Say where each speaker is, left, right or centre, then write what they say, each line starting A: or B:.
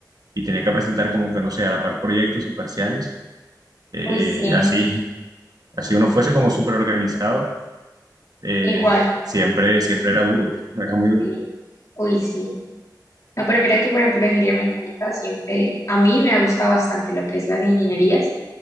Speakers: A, on the right (about 60°); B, on the left (about 45°).
A: y tenía que presentar como que, no sé, a la par proyectos y parciales. Eh,
B: Uy, sí,
A: así, <laughs> así uno fuese como súper organizado eh,
B: igual,
A: siempre, siempre era duro, era muy duro.
B: sí, uy, sí. No, pero mira que, por ejemplo, la ingeniería mecánica siempre, a mí me ha gustado bastante lo que es las ingenierías,